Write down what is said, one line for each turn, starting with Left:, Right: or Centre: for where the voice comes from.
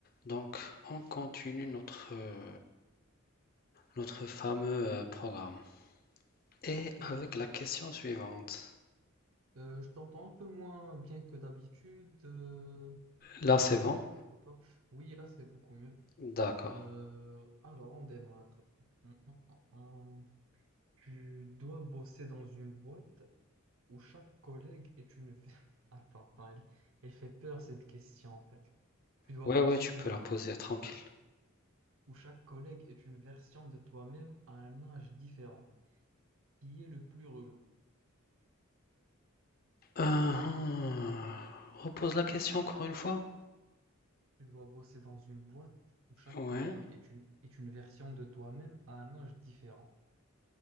Left: Donc, on continue notre, euh, notre fameux euh, programme. Et
Right: Ok.
Left: avec la question suivante.
Right: Euh, je t'entends un peu moins bien que d'habitude. euh,
Left: Là, c'est bon?
Right: je sais pas. Oui, là, c'est beaucoup mieux.
Left: D'accord.
Right: Euh, alors, on démarre. Hum, hum, hum. Tu dois bosser dans une boîte où chaque collègue est une... ver- <laughs> Attends, attends, elle, elle fait peur cette question en fait. Tu dois
Left: Ouais,
Right: bosser
Left: ouais, tu
Right: dans
Left: peux
Right: une
Left: la poser
Right: boîte
Left: tranquille.
Right: où chaque collègue est une version de toi-même à un âge différent. Qui est le plus relou?
Left: Euh, hum, repose la question encore une fois?
Right: Tu dois bosser dans une boîte où chaque
Left: Ouais,
Right: collègue est une, est une version de toi-même à un âge différent.